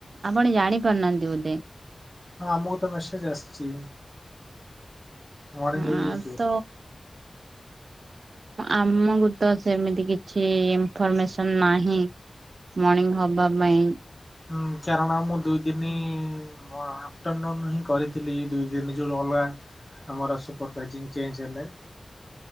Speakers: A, on the right; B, on the left.
A: ଆପଣ ଜାଣିପାରୁନାହାନ୍ତି ବୋଧେ।
B: ହଁ ଆମୁକୁ ତ ମେସେଜ ଆସିଛି। ମର୍ଣ୍ଣିଂ ହେଇଯାଇଛି
A: ଆଁ
B: ବୋଲି।
A: ତ ଆମକୁ ତ ସେମିତି କିଛି ଇନଫର୍ମେସନ ନାହିଁ। ମର୍ଣିଂ ହବା ପାଇଁ।
B: ହୁଁ କାରଣ ମୁଁ ଦୁଇ ଦିନ ମୁଁ ଆଫଟରନୁନ ହିଁ କରିଥିଲି ଏଇ ଦୁଇ ଦିନ ଯୋଉ ଅଲଗା ଆମର ସୁପରଭାଇଜିଂ ଚେଞ୍ଜ ହେଲେ।